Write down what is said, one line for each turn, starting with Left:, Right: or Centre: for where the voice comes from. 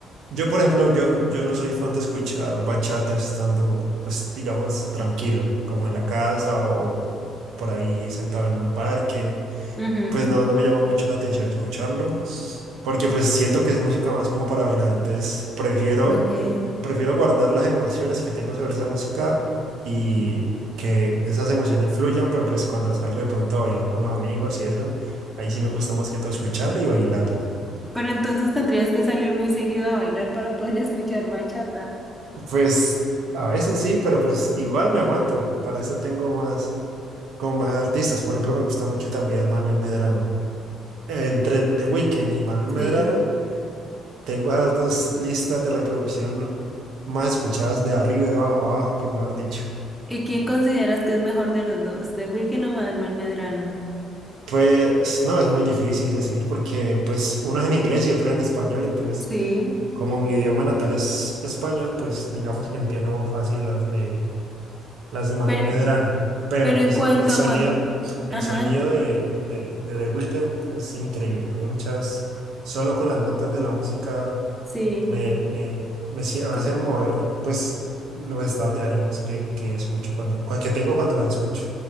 Right: Yo, por ejemplo, yo, yo no soy fan de escuchar bachata estando, pues, digamos, tranquilo, como en la casa o por ahí sentado en un parque.
Centre: Ujú,
Right: pues no, no me llama mucho la atención escucharlo, porque pues siento que es música más como para bailar, entonces prefiero,
Centre: Ok.
Right: prefiero guardar las emociones que tengo sobre esa música y que esas emociones fluyan, pero pues cuando salgo de pronto a bailar con los amigos y eso, ahí sí me gusta más que todo escucharla y bailarla.
Centre: Pero entonces tendrías que salir muy seguido a bailar para poder <laughs> escuchar bachata.
Right: Pues a veces sí, pero pues igual me aguanto, para eso tengo más, como más artistas, por ejemplo me gusta mucho también Manuel Medrano, entre The Weeknd y Manuel Medrano.
Centre: Sí.
Right: Tengo esas dos listas de reproducción más escuchadas de arriba y a- abajo, que mejor dicho.
Centre: ¿Y quién consideras que es mejor de los dos? ¿The Weeknd o Manuel Medrano?
Right: Pues no, es muy difícil decir porque pues uno es en inglés y otro es en español, entonces
Centre: Sí.
Right: como mi idioma natal es español, pues digamos que entiendo más fácil las de las de Manuel
Centre: Pero,
Right: Medrano, pero
Centre: pero
Right: pues
Centre: en cuanto
Right: el sonido,
Centre: a cuánto...
Right: el
Centre: Ajá,
Right: sonido de, de, de The Weeknd es increíble, hay muchas, solo con las notas de la música
Centre: sí.
Right: me, me, me, sie- me
Centre: Co-
Right: hacen mover, pues, los estados de ánimos que, que escucho cuando, cua- que tengo cuando la escucho.